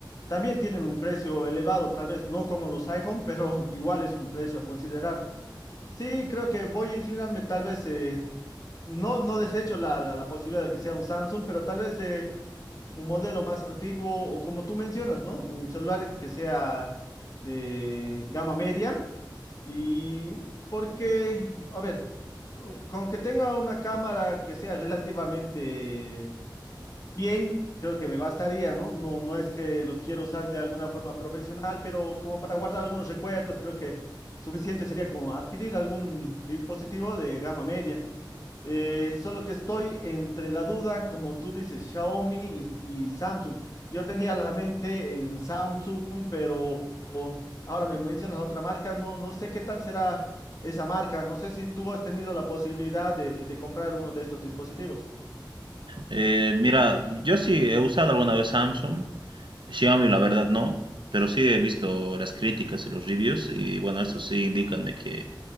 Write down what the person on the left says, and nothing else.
también tienen un precio elevado, tal vez no como los iPhone, pero <laughs> igual es un precio a considerar. Sí, creo que voy a inclinarme, tal vez, eh, no, no desecho la, la, la posibilidad de que sea un Samsung, pero tal vez... eh, un modelo más antiguo o como tú mencionas, ¿no? Un celular que sea de gama media y porque, a ver, con que tenga una cámara que sea relativamente bien, creo que me bastaría, ¿no? No, no es que lo quiero usar de alguna forma profesional, pero como para guardar algunos recuerdos, creo que suficiente sería como adquirir algún dispositivo de gama media. Eh, solo que estoy entre la duda, como tú dices, Xiaomi y, y Samsung. Yo tenía la mente en Samsung, pero ahora me mencionas otra marca. No, no sé qué tal será esa marca. No sé si tú has tenido la posibilidad de, de comprar uno de estos dispositivos.